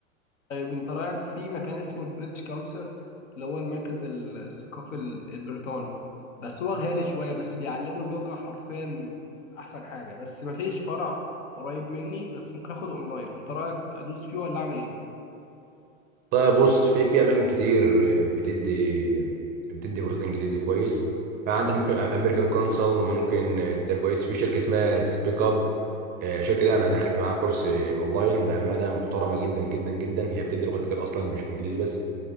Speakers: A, on the left; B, on the right.
A: طيب انت رايك في مكان اسمه البريتش كونسل اللي هو المركز ال- الثقافي ال- البريطاني بس هو غالي شويه بس بيعلموا اللغه حرفيا احسن حاجه بس ما فيش فرع قريب مني بس ممكن اخد اونلاين انت رايك ادوس فيه ولا اعمل ايه
B: طيب بص في في اماكن كتير بتدي بتدي كورسات انجليزي كويس فعندك ممكن امريكان كونسل ممكن تديها كويس في شركه اسمها سبيك اب آه، الشركه دي انا انا اخدت معاها كورس اونلاين بامانه محترمه جدا جدا جدا هي بتدي لغات كتير اصلا مش انجليزي بس